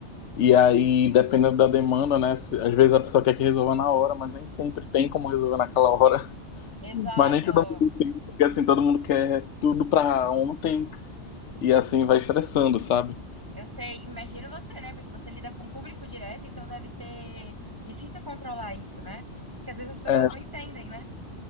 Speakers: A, on the left; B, on the right.
A: e aí, dependendo da demanda, né? se- Às vezes a pessoa quer que resolva na hora, mas nem sempre tem como resolver naquela hora. <laughs>
B: exato.
A: Mas nem todo mundo tem, porque, assim, todo mundo quer tudo pra ontem, e assim, vai estressando, sabe?
B: Eu sei, imagino você, né? Porque você lida com o público direto, então deve ser difícil controlar isso, né? Porque às vezes as pessoas
A: É,
B: não entendem, né?